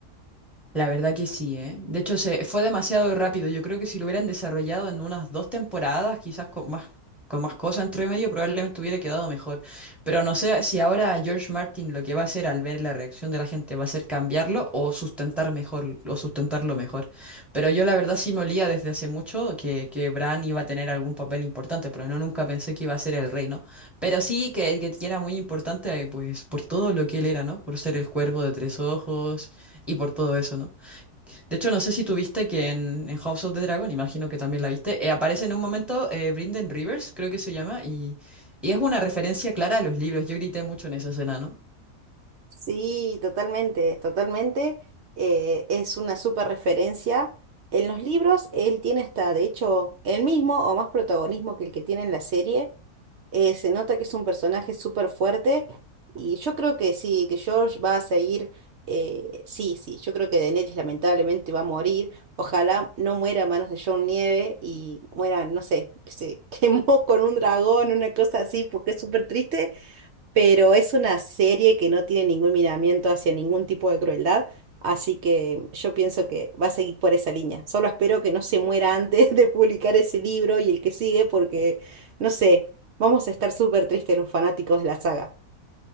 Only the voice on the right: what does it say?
Sí, totalmente, totalmente. eh, es una súper referencia. En los libros él tiene hasta, de hecho, el mismo o más protagonismo que el que tiene en la serie. eh, se nota que es un personaje súper fuerte y yo creo que sí, que George va a seguir, eh, sí, sí, yo creo que Daenerys lamentablemente va a morir. Ojalá no muera a manos de Jon Nieve y muera, no sé, que se <laughs> quemó con un dragón, una cosa así, porque es súper triste pero es una serie que no tiene ningún miramiento hacia ningún tipo de crueldad, así que yo pienso que va a seguir por esa línea. Solo espero que no se muera antes <laughs> de publicar ese libro y el que sigue, porque, no sé, vamos a estar súper tristes los fanáticos de la saga.